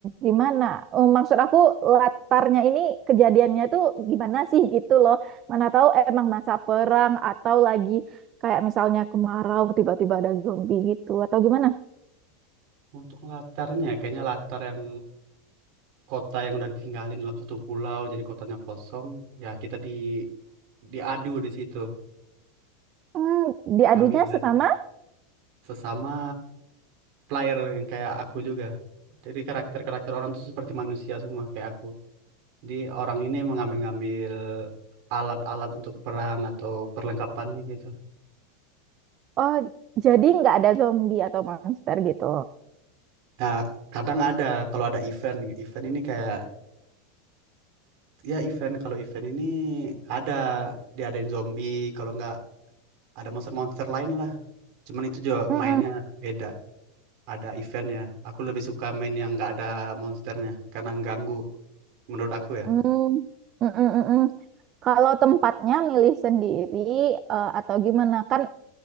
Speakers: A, on the right; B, on the right.
A: gimana? Eh, maksud aku latarnya ini kejadiannya tuh gimana sih gitu loh. Mana tahu emang masa perang atau lagi kayak misalnya kemarau tiba-tiba ada zombie gitu atau gimana?
B: Untuk latarnya kayaknya latar yang kota yang udah ditinggalin dalam satu pulau jadi kotanya kosong ya kita di diadu di situ
A: Hmm, diadunya
B: kami diadu
A: sesama.
B: sesama player yang kayak aku juga jadi karakter-karakter orang tuh seperti manusia semua kayak aku di orang ini mengambil-ngambil alat-alat untuk perang atau perlengkapannya gitu
A: Oh, jadi nggak ada zombie atau monster gitu.
B: ya kadang ada kalau ada event event ini kayak ya event kalau event ini ada diadain zombie kalau nggak ada monster-monster lain lah cuman itu juga
A: Mm-mm.
B: mainnya beda ada eventnya. Aku lebih suka main yang nggak ada monsternya karena ganggu menurut aku ya.
A: Hmm, mm, mm, mm, mm. Kalau tempatnya milih sendiri eh, atau gimana kan